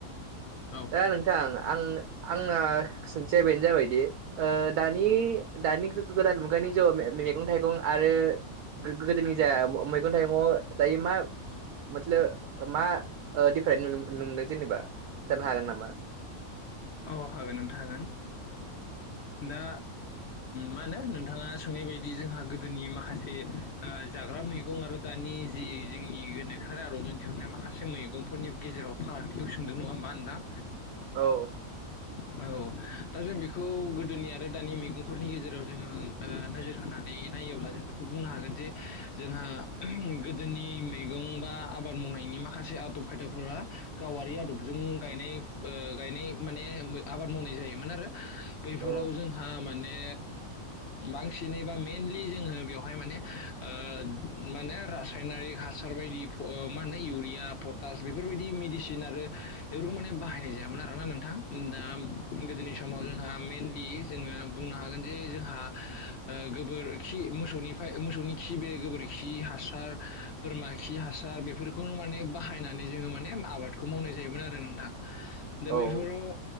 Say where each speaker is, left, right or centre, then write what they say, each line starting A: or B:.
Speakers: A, on the left; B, on the right.
A: औ
B: नोंथां आं आंना सोंथिया बेनो जाबायदि दानि गोदान मुगानि जिउआव मैगं थाइगं आरो आरो गोदोनि <unintelligible> मैगं थाइगं दायो मा मतलब मा दिफ्राय नुनोमोनो जेनेबा? जानो हागोन नामा?
A: अ हागोन नोंथां हागोन, ! दा मा होनो नोंथांङा सोंनाय बायदि जोंहा गोदोनि माखासे जाग्रा मैगं आरो दानि जि जोंनि गोनोखोआ आर'जन दिहुननाय माखासे मैगंफोरनि गेजेराव फा <unintelligible> सोंदों नंङा होमबा नोंथां
B: औ,
A: औ दा जों बेखौ गोदोनि आरो दानि मैगंफोरनि गेजेराव जोङो नोजोर होनानै नायोबा जों बेखौ बुंनो हागोन जे जोंहा गोदोनि मैगं बा आबाद मावनायनि माखासे सासे आदब खायदाफोरा गावारि आदबजों गायनाय गायनाय माने आबाद मावनाय जायोमोन आरो बैफोराव
B: औ
A: जोंहा माने माने बांसिनै बा मेनलि जोंङो बेवहाय माने ओ रासायनारिक हासार बायदि मा होनो इउरिया पटास बेफोरबायदि मेडिसिन आरो खौ माने बाहायनाय जायामोन आरोना नोंथां। द गोदोनि समाव जोंहा मेनलि जोङो बुंनो हागोन जे जोंहा गोब खि मोसौनि मोसौनि खि बे गोबोरखि हासार बोरमा खि हासार बेफोर बेखौनो माने बाहायनानै जोंङो माने आबादखौ मावनाय जायोमोन आरो नोंथां दा
B: औ
A: बेफोराव